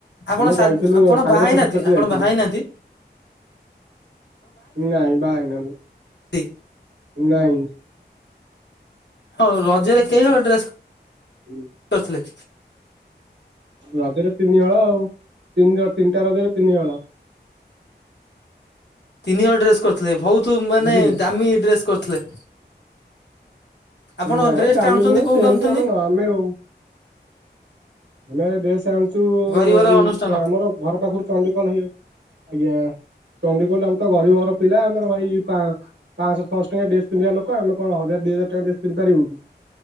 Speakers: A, on the left; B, on the right.
A: ଆପଣ
B: ଆମେ
A: ସା
B: ଯାଇଥିଲୁ
A: ଆପଣ
B: ସାଙ୍ଗସାଥି
A: ବାହା ହେଇନାହାନ୍ତି
B: ସହିତ
A: ଆପଣ
B: ଯାଇଥିଲୁ।
A: ବାହା ହେଇନାହାନ୍ତି
B: ନାଁଇ ବାହା ହେଇଗଲା।
A: ଧିକ
B: ଉଡାଇ
A: ହଁଉ ରଜରେ କେହିହଳ ଡ୍ରେସ୍
B: ହୁଁ।
A: କରି ଥିଲେ।
B: ରଜରେ ତିନି ହଳ ଆଉ ତିନି ତିନିଟା ରଜରେ ତିନି ହଳ।
A: ତିନି ହଳ ଡ୍ରେସ କରିଥିଲେ ବହୁତ ମାନେ
B: ବୁଝିଲେ
A: ଦାମୀ ଡ୍ରେସ କରିଥିଲେ। ଆପଣ
B: ନାଇଁ
A: ଡ୍ରେସ୍
B: ଦାମୀ
A: ଟା ଆଣୁଛନ୍ତି
B: ନୁହେଁ
A: କୋଉଠୁ
B: ସେମିତି
A: ଆଣୁଛନ୍ତି
B: ଆମେ ନ ଆମେ ଆଉ। ଆମେ ଡ୍ରେସ ଆଣୁଛୁ
A: ଗରିବର
B: ଉଁ
A: ଅନୁଷ୍ଠାନ
B: ଆମର ଘର ପାଖରୁ ଚଣ୍ଡିଖୋଲ ହେଇ ଯାଉଛି ଆଜ୍ଞା। ଚଣ୍ଡିଖୋଲ ଆମେତ ଗରିବଘର ପିଲା ଆମର ଭାଇ ପା ପାଞ୍ଚଶ ଛଅଶ ଟଙ୍କିଆ ଡ୍ରେସ ପିନ୍ଧିବାଲୋକ ଆମେ କଣ ହଜାର ଦି ହଜାର ଟଙ୍କିଆ ଡ଼୍ରେସ ପିନ୍ଧିପାରିବୁ।